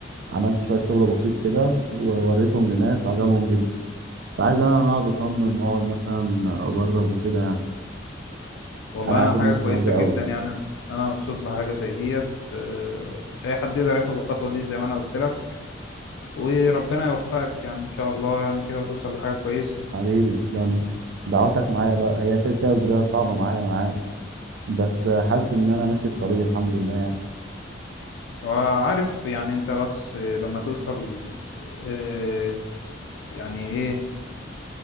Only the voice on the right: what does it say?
عملت شوية شغل بسيط كده ووريتهم لناس وعجبهم جدا فعايز انا انا اقعد اصمم واقعد مثلا اجرب وكده يعني
انا عاجبني
الشغلانه
دي قوي
حبيبي تسلم لي. دعواتك معايا بقى هي كده كده البدايه صعبه معايا انا عارف بس حاسس ان انا ماشي في طريق الحمد لله يعني